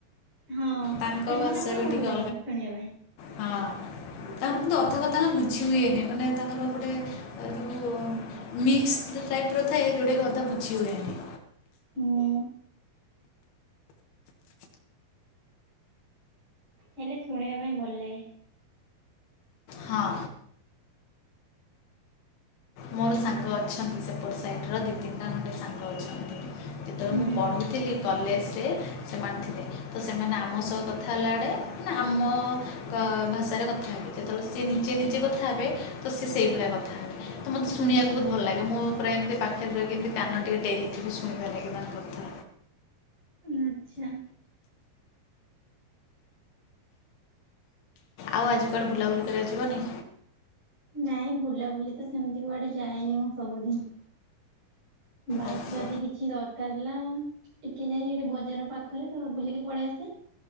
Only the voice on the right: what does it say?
ହଁ,
ସେମାନଙ୍କର
ଭଲ
ଲାଗେ ଶୁଣିବା ପାଇଁ।
ହୁଁ। ହେଲେ ଶୁଣିବା ପାଇଁ ଭଲ ଲାଗେ।
ହୁଁ
ହୁଁ
ଆଚ୍ଛା।
ନାଇଁ ବୁଲାବୁଲି ତ ସେମିତି କୁଆଡେ ଯାଏନି ମୁଁ ସବୁଦିନି। ବାସ୍
ଯଦି କିଛି ଦର କାରଲା ଟିକେ ଯାଇ ସେଠି ବଜାର ପାଖରେ ତ ବୁଲିକି ପଳେଇ ଆସେ।